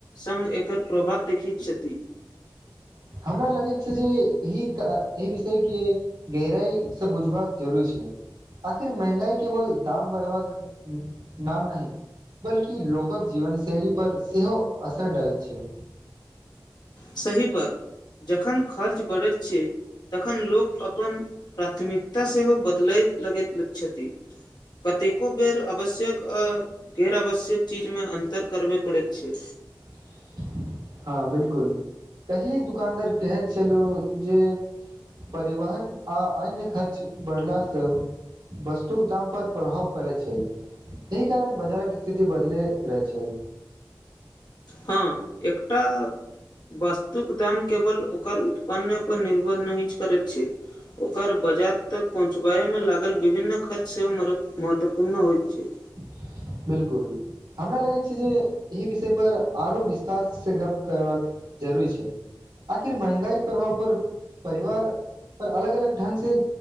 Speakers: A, on the left (about 70°); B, on the right (about 70°).
A: संग एकर प्रभात देखैत छथि
B: हमरा लगैत छै जे एहि एहि विषयके गहराइसँ बुझबाक जरूरी छै आखिर महंगाई केवल दाम बढ़बाक नाम नहि बल्कि लोकक जीवनशैली पर सेहो असर डाल छै
A: सही बात जखन खर्च बढ़त छैय तखन लोक अपन प्राथमिकता सेहो बदलय लगैत छथि कतेको बेर आवश्यक अ गैर आवश्यक चीजमे अन्तर करबे करैत छैय
B: <unintelligible> ह बिलकुल कहि एक दुकानदार कहैत छलहु जे परिवहन आ अन्य खर्च बढ़लासं वस्तुक दाम पर प्रभाव पड़ै छै एहि कारण बजारक स्थिति बदले रहै छैय
A: ह एकटा वस्तुक दाम केवल ओकर उत्पन्न पर निर् ब नहि ह करै छै <unintelligible> ओकर बाजार तक पहुँचबाय मे लागल विभिन्न खर्च सेहो मरऽ महत्वपूर्ण होइत छैय
B: <inaudible> बिलकुल हमरा लगै छै जे एहि विषय पर आरो विस्तार से गप्प करबाक जरूरी छै आखिर महंगाईक प्रभाव पर परिवार पर अलग अलग ढंग से